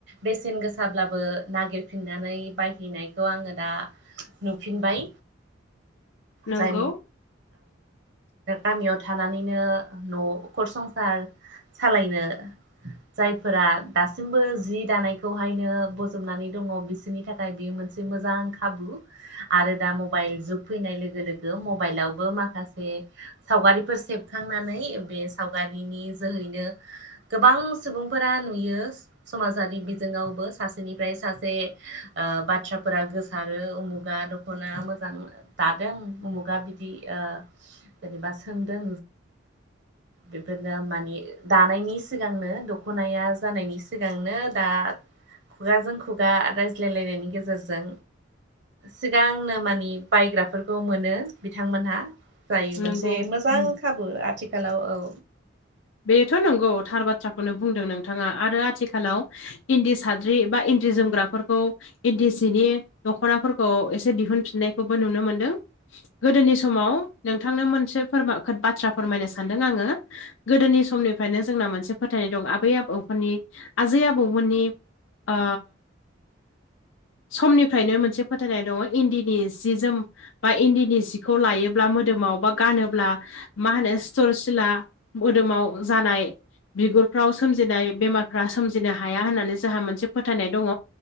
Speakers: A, on the right (about 65°); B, on the left (about 85°).
A: बेसेन गोसाब्लाबो नागिरफिननानै बायहैनायखौ आङो दा नुफिनबाय
B: नोंगौ
A: जाय गामियाव थानानैनो न'खर संसार सालायनो जायफोरा दासिमबो जि दानायखौहायनो बजबनानै दङ बिसोरो बिनि थाखाय बेयो मोनसे मोजां खाबु आरो दा मबाइल जुग फैनाय लोगो लोगो मबाइलावबो माखासे सावगारिफोर सेबखांनानै बे सावगारिनि जोहैनो गोबां सुबुंफोरा नुयो समाजारि बिजोङावबो सासेनिफ्राय सासे बाथ्राफोरा गोसारो उमुगा दखनाया मोजां दादों उमुगा बिदिनि जेनेबा सोंदों बेफोरनो माने दानायनि सि सिगांनो दख'नाया जानायनि सिगांनो दा खुगाजों खुगा रायज्लायलायनायनि गेजेरजों सिगांनो मानि बायग्राफोरखौ मोनो बिथांमोनहा जायो मोनसे
B: नोंगौ
A: मोजां
B: उम
A: खाबु आथिखालाव औ
B: बेथ' नंगौ थार बाथ्राखौनो बुंदों नोंथाङा आरो आथिखालाव। इन्दि साद्रि एबा इन्दि जोमग्राफोरखौ ओ‌ इन्दि सिनि दख'नाफोरखौ एसे दिहुनफिननायखौबो नुनो मोनदों गोदोनि समाव नोंथांनो मोनसे फोरमा बाथ्रा फोरमायनो सानदों आङो। गोदोनि समनिफ्रायनो जोंना मोनसे फोथायनाय दं आबै आबौफोरनि आजै आबौमोननि ओ समनिफ्रायनो मोनसे फोथायनाय दङ इन्दिनि जि जोम बा इन्दिनि सिखौ लायोब्ला मोदोमाव बा गानोब्ला मा होनो सिथर सिला ओ मोदोमाव जानाय बिगुरफ्राव सोमजिनाय बेमारफ्रा सोमजिनो हाया होननानै जोंहा मोनसे फोथायनाय दङ।